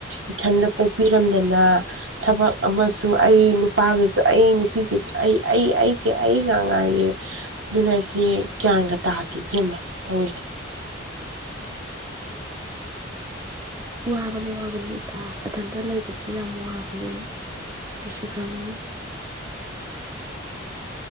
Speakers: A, on the right (about 85°); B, on the right (about 20°).
A: ꯏꯊꯟꯗ ꯄꯣꯛꯄꯤꯔꯝꯗꯅ ꯊꯕꯛ ꯑꯃꯁꯨ ꯑꯩ ꯅꯨꯄꯥꯒꯤꯁꯨ ꯑꯩ ꯅꯨꯄꯤꯒꯤꯁꯨ ꯑꯩ ꯑꯩ ꯑꯩꯒꯤ ꯑꯩ ꯉꯥꯛ ꯉꯥꯏꯔꯦ ꯑꯗꯨꯅ ꯑꯩꯁꯦ ꯒ꯭ꯌꯥꯟꯒ ꯇꯥꯗꯦ ꯐꯤꯕꯦꯝꯃ ꯇꯧꯔꯤꯁꯦ
B: ꯋꯥꯕꯅꯤ ꯋꯥꯕꯅꯤ ꯏꯇꯥ ꯏꯊꯟꯇ ꯂꯩꯕꯁꯨ ꯌꯥꯝ ꯋꯥꯕꯅꯤ ꯑꯩꯁꯨ ꯈꯪꯉꯤ